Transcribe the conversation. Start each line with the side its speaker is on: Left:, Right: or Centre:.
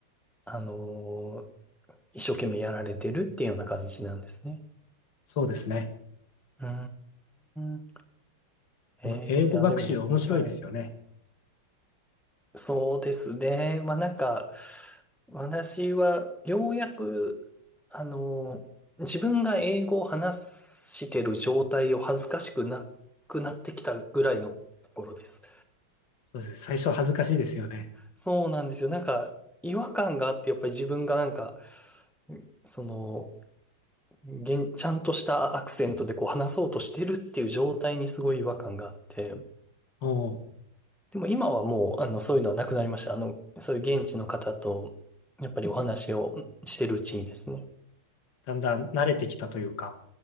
Centre: あのー一生懸命やられてるっていうような感じなんですね。
Left: そうですね。
Centre: うーん。えー、
Left: でも、英語学習面白いですよね。
Centre: いや、でも、はい。そうですね。まあなんか、私はようやく、あの、自分が英語を話してる状態を恥ずかしくなくなってきたぐらいのところです。
Left: そうです。最初恥ずかしいですよね。
Centre: そうなんですよ。なんか、違和感があって、やっぱり自分がなんか、その、現ちゃんとしたアクセントでこう話そうとしてるっていう状態にすごい違和感があって、
Left: おお、
Centre: でも今はもう、あの、そういうのはなくなりました。あの、そういう現地の方と、やっぱりお話をしてるうちにですね。
Left: だんだん慣れてきたというか。